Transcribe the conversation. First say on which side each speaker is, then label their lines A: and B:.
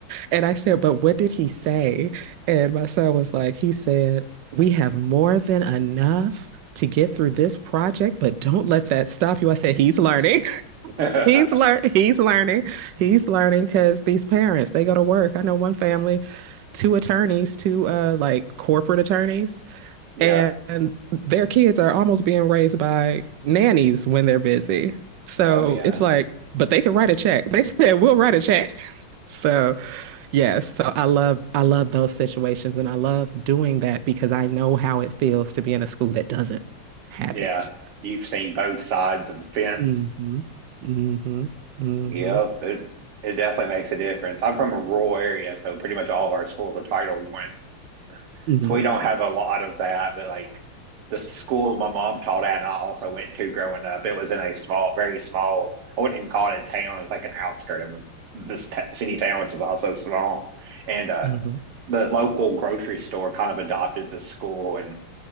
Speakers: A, on the right (about 65°); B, on the right (about 85°).
A: and I said, but what did he say? And my son was like, he said, we have more than enough to get through this project, but don't let that stop you. I said, he's learning. <laughs>
B: <laughs>
A: He's learning. He's learning. He's learning because these parents, they go to work. I know one family, two attorneys, two uh like corporate attorneys,
B: Yeah.
A: and their kids are almost being raised by nannies when they're busy. So
B: Oh yeah.
A: it's like, but they can write a check. They <laughs> just said, we'll write a check. <laughs> So Yes, so I love I love those situations and I love doing that because I know how it feels to be in a school that doesn't have
B: Yeah.
A: it.
B: You've seen both sides of the fence.
A: Mm-hmm. Mm-hmm. Mm-hmm.
B: Yep. It it definitely makes a difference. I'm from a rural area, so pretty much all of our schools are Title One.
A: Mm-hmm.
B: So we don't have a lot of that, but like the school my mom taught at and I also went to growing up, it was in a small, very small, I wouldn't even call it a town. It's like an outskirt of this t city town, which is also small. And uh
A: Mm-hmm.
B: the local grocery store kind of adopted the school and